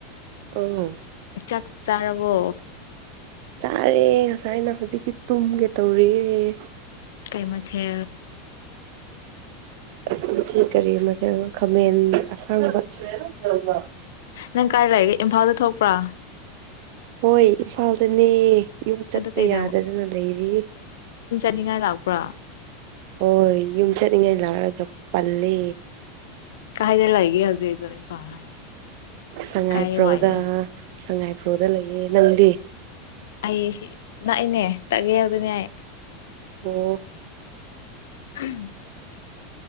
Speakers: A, on the right; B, on the left.
A: ꯑꯣ
B: ꯆꯥꯛ ꯆꯥꯔꯕꯣ
A: ꯆꯥꯔꯦ ꯉꯁꯥꯏꯅ ꯍꯧꯖꯤꯛꯇꯤ ꯇꯨꯝꯒꯦ ꯇꯧꯔꯤꯌꯦꯦ
B: ꯀꯩ ꯃ ꯍꯦ
A: ꯑꯁ ꯃꯁꯤ ꯀꯔꯤ ꯃꯊꯦꯜ ꯈꯥꯃꯦꯟ ꯑꯁꯥꯡꯕ ꯑꯃ
B: ꯅꯪ ꯀꯥꯏ ꯂꯩꯒꯦ ꯏꯝꯐꯥꯜꯗ ꯊꯣꯛꯄ꯭ꯔꯥ
A: ꯍꯣꯏ ꯏꯐꯥꯜꯗꯅꯦ ꯌꯨꯝ ꯆꯠꯄ
B: ꯑꯗꯨ ꯀꯩꯗ
A: ꯌꯥꯗꯗꯅ ꯂꯩꯔꯤ
B: ꯍꯥꯏꯅꯤꯡꯉꯥꯏ ꯂꯥꯛꯄ꯭ꯔꯥ
A: ꯍꯣꯏ ꯍꯣꯏ ꯌꯨꯝ ꯆꯠꯅꯤꯡꯉꯥꯏ ꯂꯥꯛꯔꯒ ꯄꯂ
B: ꯀꯥꯏꯗ ꯂꯩꯒꯦ ꯍꯧꯖꯤꯛꯗꯣ ꯏꯝꯐꯥꯜ ꯍꯥꯏ
A: ꯁꯉꯥꯏꯄ꯭ꯔꯧꯗ
B: ꯀꯥꯏ ꯋꯥꯏꯗ
A: ꯁꯉꯥꯏꯄ꯭ꯔꯧꯗ ꯂꯩꯌꯦ ꯅꯪꯗꯤ
B: ꯑꯩ ꯅꯛꯏꯅꯦ ꯇꯛꯑꯦ ꯑꯗꯨ ꯑꯗꯨꯅꯦ ꯑꯩ
A: ꯑꯣ
B: <unintelligible>